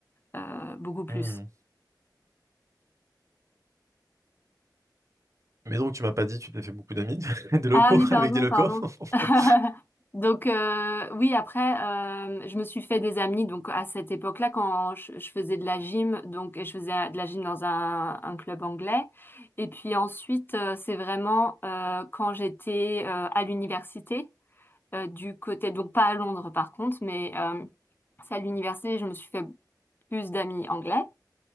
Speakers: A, on the left (about 30°); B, on the right (about 45°).
A: euh, beaucoup plus.
B: Hmm. Mais donc, tu m'as pas dit, tu t'es fait beaucoup d'amis, <laughs> des locaux,
A: Ah oui, pardon,
B: avec des locaux.
A: pardon.
B: <laughs>
A: <laughs> Donc euh, oui, après, euh, je me suis fait des amis. Donc à cette époque-là, quand je, je faisais de la gym, donc et je faisais de la gym dans un, un club anglais. Et puis ensuite, euh, c'est vraiment euh, quand j'étais euh, à l'université euh, du côté, donc pas à Londres par contre, mais euh, c'est à l'université, je me suis fait plus d'amis anglais.